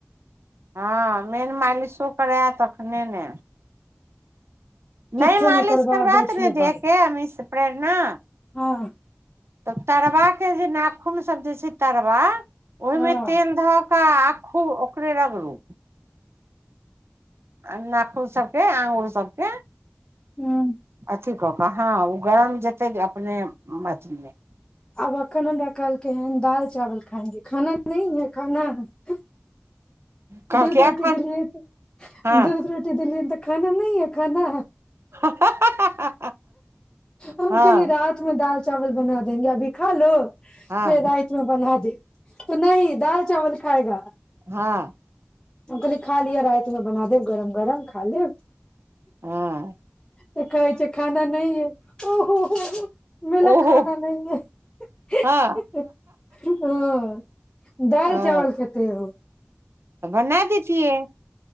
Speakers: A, on the right; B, on the left.
A: हँ मेन मालिशो करै तखने ने
B: किछो
A: नहि मालिश
B: करबाबै
A: करबा त
B: छै
A: नहि देख
B: बड
A: के अमीश से प्रेरणा
B: हँ
A: तब तरवा के जे नाखून सब जे छै तरवा ओहिमे
B: हँ
A: तेल धऽ आ खूब ओकरे रगड़ू आ नाखुन सबके अंगूुर सबके
B: हँ
A: अथिी कऽ कऽ हँ ओ गरम जेतै जे अपने अथीमे
B: आब एखन हमरा कहलकै हँ दालि चावल खांगे खाना न है खाना ह
A: कहलकै
B: दस रोटी
A: एखन
B: देलये त
A: हँ
B: दूध रोटी देलियै तऽ खाना नहि है खाना ह
A: <inaudible>
B: हम
A: हँ
B: कहली रात मे दाल चावावल बना देेंगे अभी खा लो
A: हँ
B: फेर राति बना दे त नहि दाल चावल खाायएगा
A: हँ
B: हम कहली खा लिअ रातिमे बना देब गरम गरम खा लेब
A: हँ
B: त खाय छै खाना नहि य ओहो हो म ल
A: ओहो
B: खानाना नहिए
A: हँ
B: हँ दालि
A: हँ
B: चावल खेते ओ
A: तऽ बना दितिये